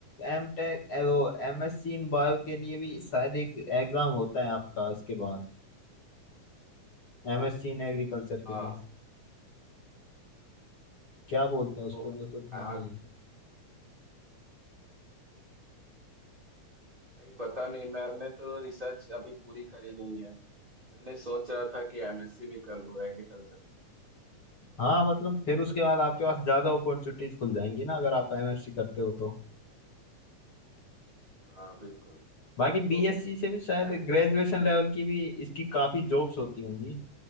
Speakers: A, on the left; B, on the right.
A: एम टेक वो M S C in bio के लिए भी शायद एक एग्जाम होता है आपका इसके बाद M S C in agriculture
B: हाँ
A: के लिए
B: हम्म,
A: क्या बोलते हैं
B: तो
A: उसको मेरे को ध्यान
B: आगे
A: नहीं है
B: भाई पता नहीं मैंने तो रिसर्च अभी पूरी करी नहीं है मैंने सोच रहा था कि एमएससी भी कर लूँ एग्रीकल्चर पे
A: हाँ मतलब फिर उसके बाद आपके पास ज्यादा अपॉर्चुनिटीज खुल जाएंगी ना अगर आप एम एस सी करते हो तो
B: हाँ बिल्कुल
A: बाकी
B: तो
A: बीएससी से भी शायद
B: एग्री
A: ग्रेजुएशन लेवल की भी इसकी काफी जॉब्स होती होंगी